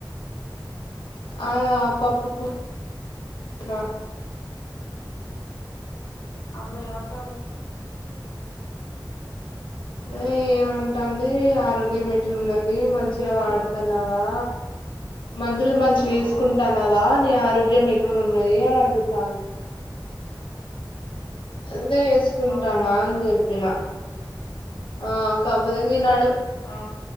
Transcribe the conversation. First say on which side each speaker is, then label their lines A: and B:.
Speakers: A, on the left; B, on the left.
A: ఆయా పప్పు కూ <inaudible> ర
B: అమ్మ ఏమంటాంది
A: ఏ ఏమంటాంది ఆరోగ్యం ఎట్ల ఉన్నది మంచిగ
B: ఆ
A: వాడుతున్నావా మందులు మంచిగ ఏసుకుంటానవా నీ ఆరోగ్యం ఎట్లున్నదీ
B: ఆ
A: అని అడుగుతు అందే ఏసుకుంటానా
B: అవునా
A: అని జెప్ పిన ఆ కాపోతె నీ నడుం
B: ఆ